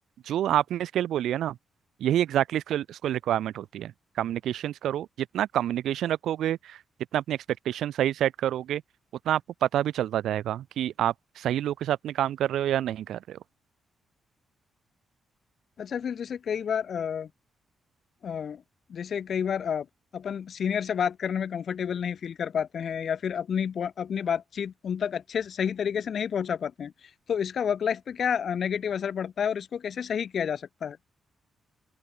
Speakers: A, on the right (about 75°); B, on the left (about 55°).
A: जो आपने स्किल बोली है ना यही एग्जैक्टली स्किल स्किल रिक्वायरमेंट होती है कम्युनिकेशंस करो जितना कम्युनिकेशन रखोगे जितना अपनी एक्सपेक्टेशन सही सेट करोगे उतना आपको पता भी चलता जाएगा कि आप सही लोग के साथ में काम कर रहे हो या नहीं कर रहे हो
B: अच्छा फिर जैसे कई बार अ, अ, जैसे कई बार अ, अपन सीनियर से बात करने में कंफर्टेबल नहीं फील कर पाते हैं या फिर अपनी पो- अपनी बातचीत उन तक अच्छे से सही तरीके से नहीं पहुंचा पाते हैं तो इसका वर्क लाइफ पे क्या नेगेटिव असर पड़ता है और इसको कैसे सही किया जा सकता है